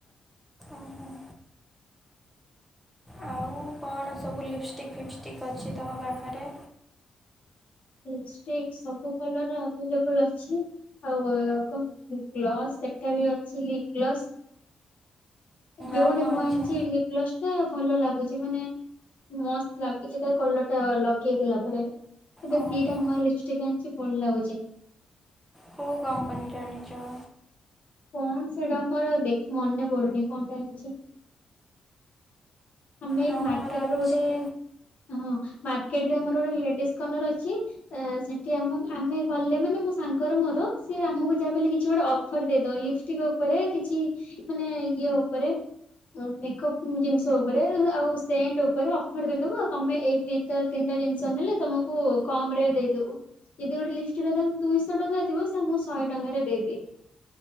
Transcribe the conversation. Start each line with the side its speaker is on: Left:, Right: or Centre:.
Centre: ଓହୋ ଆଉ କଣ ସବୁ ଲିପଷ୍ଟିକ୍ ଫିପଷ୍ଟିକ୍ ଅଛି ତୁମ ପାଖରେ?
Left: ଲିପଷ୍ଟିକ ସବୁ କଲର ଆଭେଲେବଲ ଅଛି। ଆଉ କଣ ଗ୍ଲସ୍ ସେଟା ବି ଅଛିି ଲିପ୍ ଗ୍ଲସ୍। ଏବେ
Centre: ଆଉ
Left: ଗୋଟେ
Centre: କ'ଣ
Left: ନୂଆ
Centre: ଅଛି
Left: ଆଣିଚି ଲିପ୍ ଗ୍ଲସ ଟେ ଭଲ ଲାଗୁଛି ମାନେ ମସ୍ତ ଲାଗୁଛି ତ କଲର ଟା ଲଗେଇ ଦେଲା ପରେ। ଏବେ
Centre: ଓହୋ
Left: ଦିଟା ନୁଆଁ ଲିପିଷ୍ଟିକ୍ ଆଣିିଛି ଭଲ ଲାଗୁଛି।
Centre: କଉ କମ୍ପାନି ର ଆଣିଚ।
Left: କଣ ସେଇଟା ମୋର ଦେଖ ମନେ ପଡୁନି କଣଟା ଆଣିଚି। ଆମେ ଏଇଠି
Centre: ନା
Left: ମାର୍କେଟ
Centre: ମୋର ଅଛି
Left: ଗୋଟେ ହଁ ମାର୍କେଟରେ ଆମର ଗୋଟେ ଲେଡିସ୍ କର୍ଣର ଅଛି। ସେଠି ଆମ ଆମେ ଗଲେ ମାନେ ମୋ ସାଙ୍ଗର ମୋର ସେ ଆମକୁ ଯାହା ବି ହେଲେ କିଛି ଗୋଟେ ଅଫର ଦେଇଦବ ଲିପ ଷ୍ଟିକ୍ ଉପରେ କିଛି ମାନେ ଇଏ ଉପରେ ମେକପ୍ ଜିନିଷ ଆଉ। ଉପରେ ଆଉ ସେଣ୍ଟ ଉପରେ ଅଫର ଦେଇଦବ ତମେ ଏଇ ଦିଟା ତିନିଟା ଜିନିଷ ନେଲେ ତମକୁ। କୁ କମ୍ ରେ ଦେଇଦେବୁ। ଯଦି ଗୋଟେ ଲିପଷ୍ଟିକ୍ ର ଦାମ୍ ଦୁଇଶହ ଟଙ୍କା ଥିବ ସେ ଆମକୁ ଶହେ ଟଙ୍କାରେ ଦେଇଦିଏ।